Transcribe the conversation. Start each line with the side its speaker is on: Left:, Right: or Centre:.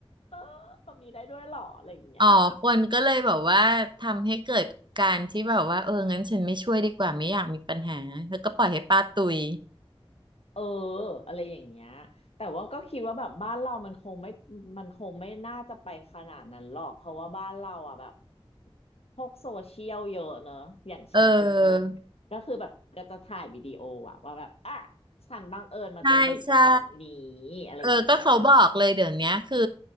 Left: เออแบบนี้ได้ด้วยเหรออะไรอย่างเงี้ย
Right: อ๋อ คนก็เลยแบบว่าทำให้เกิดการที่แบบว่าเอองั้นฉันไม่ช่วยดีกว่าไม่อยากมีปัญหาแล้วก็ปล่อยให้ป้าตุย
Left: เอออะไรอย่างเงี้ยแต่ว่าก็คิดว่าแบบบ้านเรามันคงไม่มันคงไม่น่าจะไปขนาดนั้นหรอกเพราะว่าบ้านเราอ่ะแบบพวกโซเชียลเยอะเนอะอย่างฉันเป็นต้นก็คือแบบก็จะถ่ายวิดีโออะว่าแบบอ่ะ
Right: เออ
Left: ฉันบังเอิญมาเจอเหตุการณ์แบบนี้
Right: ใช่ ใช่
Left: อะไรอย่างเงี้ย
Right: เออก็เขาบอกเลยเดี๋ยวเนี้ยคือ